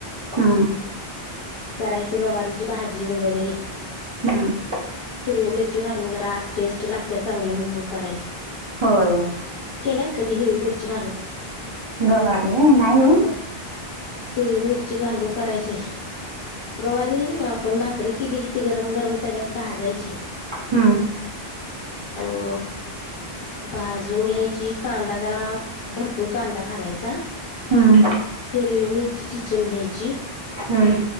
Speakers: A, on the right; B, on the left.
A: हम्म
B: करायचं गवारीची भाजी वगैरे.
A: हम्म
B: हिरवी मिरची घालून जरा, आज टेस्ट लागत्या चांगली म्हणून करायची.
A: होय
B: केलाय कधी हिरवी मिरची घालून?
A: गवारी व्हय, नाही ओ.
B: ह हिरवी मिरची घालून करायची. गवारी आपण भाकरी केली कि ती गरम गरम तव्यात भाजायची.
A: हम्म
B: आणि भाजून घ्यायची, कांदा जरा भरपूर कांदा घालायचा,
A: हम्म
B: हिरवी मिरची चिचून घ्यायची
A: हम्म